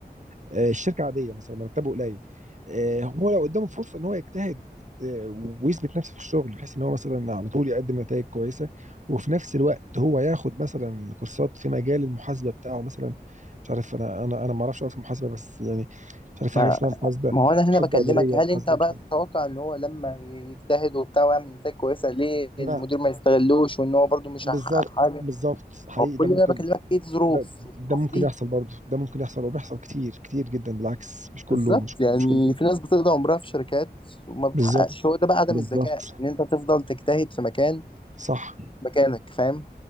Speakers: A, on the right; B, on the left.
A: آه، الشركه عاديه مثلا مرتبه قليل آه، هو لو قدامه فرصه ان هو يجتهد آه، ويثبت نفسه في الشغل بحيث ان هو مثلا على طول يقدم نتائج كويسه وفي نفس الوقت هو ياخد مثلا كورسات في مجال المحاسبه بتاعه مثلا مش عارف انا انا انا ما اعرفش أوي في المحاسبه بس يعني مش عارف في
B: ما
A: حاجه اسمها محاسبه
B: ما هو انا هنا
A: محاسبه
B: بكلمك
A: اداريه
B: هل انت
A: محاسبه
B: بقى
A: مش عارف
B: تتوقع ان هو لما يجتهد وبتاع ويعمل نتائج كويسه ليه
A: لا
B: المدير ما يستغلوش وان هو برضو مش
A: بالظبط
B: هيحقق حاجه
A: بالظبط حقيقي
B: ما هو كل
A: ده ممكن
B: ده أنا بكلمك فيه ظروف
A: ده
B: الظروف
A: ده ممكن
B: دي
A: يحصل برضه ده ممكن يحصل وبيحصل كتير كتير جدا بالعكس مش كله
B: بالظبط
A: مش
B: يعني
A: مش كله بينجح.
B: في ناس بتقضي عمرها في شركات وما بتحققش
A: بالظبط
B: هو ده بقى عدم
A: بالظبط
B: الذكاء ان انت تفضل تجتهد في مكان
A: صح
B: مكانك فاهم